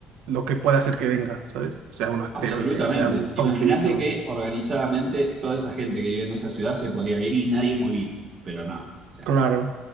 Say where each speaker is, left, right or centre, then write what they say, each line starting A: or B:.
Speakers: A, on the right (about 85°); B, on the right (about 25°).
A: lo que pueda ser que venga, ¿sabes? O sea, un asteroide,
B: Absolutamente.
A: o sea, un zombie,
B: Imagínate
A: o...
B: que organizadamente toda esa gente que vive en esa ciudad se podría ir y nadie morir, pero no. O sea,
A: Claro.